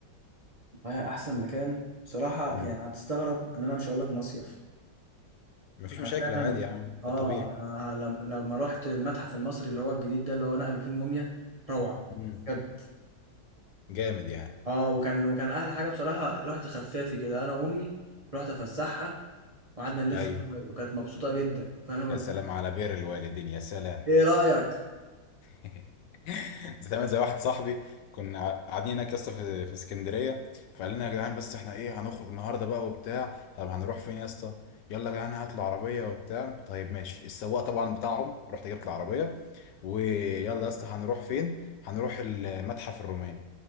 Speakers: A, on the right; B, on the left.
A: رايح احسن مكان بصراحه
B: امم
A: يعني هتستغرب ان انا مش هقول لك مصيف
B: مفيش
A: انا
B: مشاكل
A: فعلا
B: عادي يا عم
A: اه
B: ده الطبيعي
A: انا لم... لما رحت المتحف المصري اللي هو الجديد ده اللي هو نقلوا فيه الموميا روعه
B: امم
A: بجد
B: جامد يعني
A: اه وكان وكان احلى حاجه بصراحه رحت خفافي كده انا وامي رحت افسحها وقعدنا نلف
B: ايوه
A: أنا وهي، وكانت مبسوطه جدا فانا
B: يا
A: كنت
B: سلام على بر الوالدين يا سلام
A: ايه رايك
B: <laughs> بتعمل زي واحد صاحبي كنا قاعدين هناك يا اسطى في في اسكندريه فقال لنا يا جدعان بس احنا ايه هنخرج النهارده بقى وبتاع طب هنروح فين يا اسطى يلا يا جدعان هات العربيه وبتاع طيب ماشي السواق طبعا بتاعهم رحت جبت العربيه ويلا يا اسطى هنروح فين هنروح المتحف الروماني